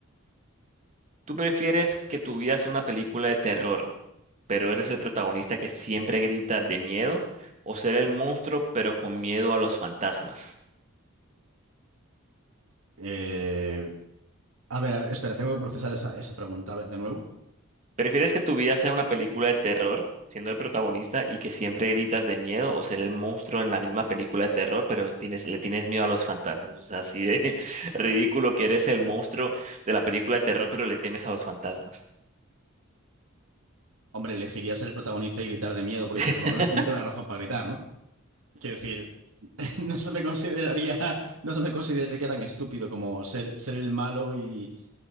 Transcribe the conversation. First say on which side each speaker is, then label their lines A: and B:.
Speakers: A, on the right (about 35°); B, on the right (about 85°).
A: ¿Tú prefieres que tu vida sea una película de terror, pero eres el protagonista que siempre grita de miedo? ¿O ser el monstruo, pero con miedo a los fantasmas?
B: Eh, A ver, a ver, espera, tengo que procesar esa, esa pregunta. A ver, de nuevo.
A: ¿Prefieres que tu vida sea una película de terror, siendo el protagonista y que siempre gritas de miedo? ¿O ser el monstruo en la misma película de terror, pero tienes, le tienes miedo a los fantasmas? O sea, así de <laughs> ridículo que eres el monstruo de la película de terror, pero le temes a los fantasmas.
B: Hombre, elegirías ser el protagonista y gritar de miedo, porque
A: <laughs>
B: te- por lo menos tendría una razón para gritar, ¿no? Quiero decir, <laughs> no se me consideraría, no se me consideraría tan estúpido como ser, ser el malo y,